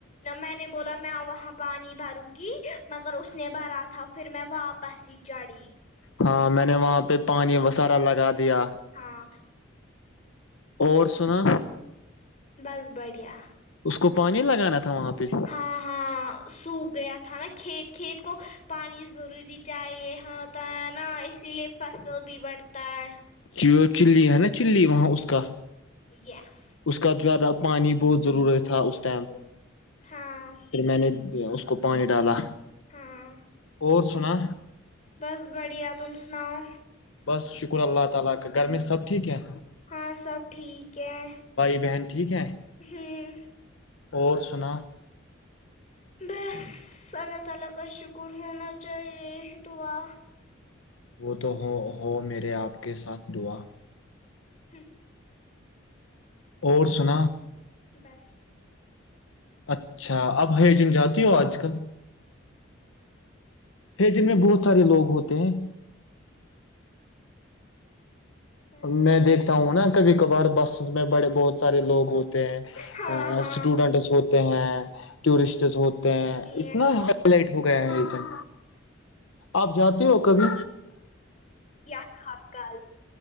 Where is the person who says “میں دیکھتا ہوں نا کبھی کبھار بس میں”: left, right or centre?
Left